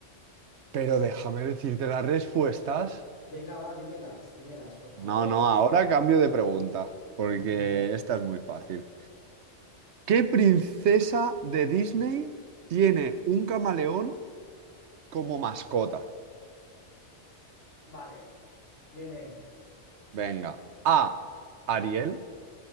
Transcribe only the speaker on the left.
Venga, va, dímelas, dímelas, por favor.
<laughs> Venga.
Vale, dime.